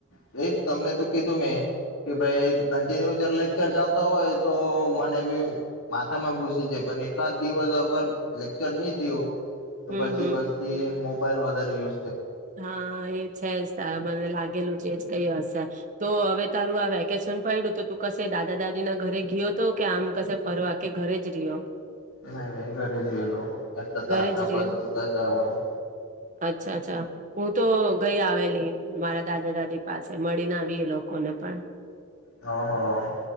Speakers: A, on the left; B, on the right.
A: હમ એ તમને તો કીધું મેં. કે ભાઈ કન્ટિન્યુ લેક્ચર ચાલતા હોય તો મને બી માથામાં ઘુસી જાય પણ એકાદ દિવસ અગર લેક્ચર નહી થયું. તો
B: હમ
A: પછી
B: હમ
A: પછી મો મોબાઈલ વધારે યુ
B: હા એ છે જ તારે મને લાગેલું છે. કઈ હશે તો હવે તારું આ વેકેશન પડ્યું તો તું કશે દાદા દાદી ના ઘરે ગયો તો કે આમ કશે ફરવા કે ઘરે જ રહ્યો.
A: નહી નહી ઘરે જ રહેલું એટલે તાપના
B: ઘરે જ રહ્યો
A: પછી જવાનું.
B: અચ્છા અચ્છા હું તો ગઈ આવેલી મારા દાદા દાદી પાસે મળીને આવીએ લોકોને પણ
A: ઓહો